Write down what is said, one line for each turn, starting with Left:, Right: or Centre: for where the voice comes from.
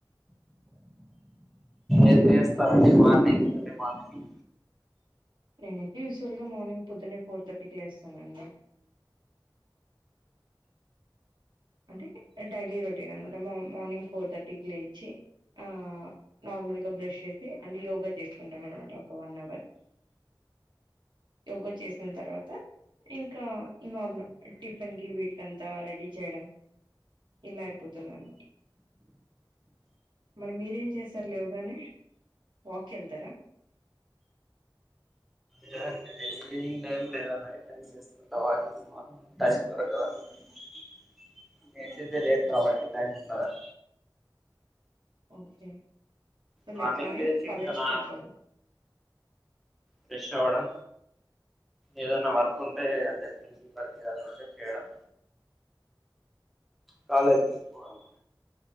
Centre: ఏం చేస్తారండి మార్నింగ్ ఎర్లీ మార్నింగ్
Right: నేనైతే యూజువల్ గా మార్నింగ్ పొద్దునే ఫోర్ థర్టీకి లేస్తానండి అంటే డైలీ రొటీన్ అనమాట మార్నింగ్ ఫోర్ థర్టీకి లేచి ఆ నార్మల్ గా బ్రష్ చేసి అంటే యోగా చేసుకుంటాం అనమాట ఒక వన్ అవర్ యోగా చేసిన తర్వాత ఇంకా నార్మల్ టిఫిన్ కి వీటికింతా రెడీ చేయడం ఇలా అయిపోతుదండి మరి మీరేం చేస్తారు లేవుగానే వాక్ కి వెళ్తారా
Centre: లేదండి లేచి ఈవినింగ్ టైమ్ లేదా నైట్ టైమ్ సే వాకింగ్ కి టైమ్ దొరకల నేను లేసేదీ
Right: ఓకే
Centre: లేట్ కాబట్టి టైం ఉండదు
Right: ఓకే సో
Centre: మార్నింగ్
Right: లేగ్గానే
Centre: లేచి
Right: కాలేజ్కి
Centre: ఇంకా నా
Right: వెళ్ళిపోవడం
Centre: ఫ్రెష్ అవడం ఏదన్నా వర్క్ ఉంటే అంటే పెయింటింగ్ వర్క్ ఏదన్నా ఉంటే చేయడం కాాలేజ్కి పోవడం